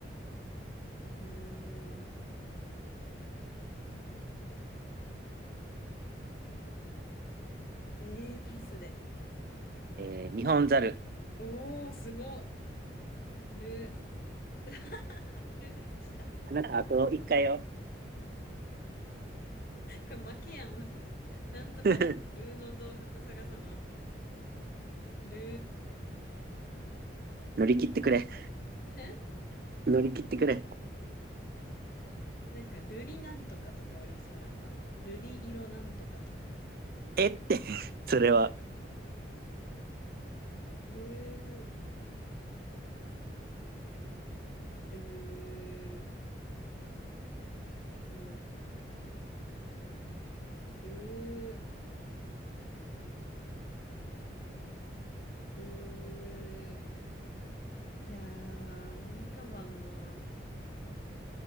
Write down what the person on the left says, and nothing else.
ー、うーん。えー、パスで。
おー、すごる。る、<laughs> ル来た。こ
れ負けやん。なんとか、
ルーの動物探さな。ル
ー、へ
なんか、瑠璃なんとかとかおりそうやな。瑠璃色なんとかとか。
ルー、ルー、ルー、ルー、ルー。いやー、思い浮かばんな。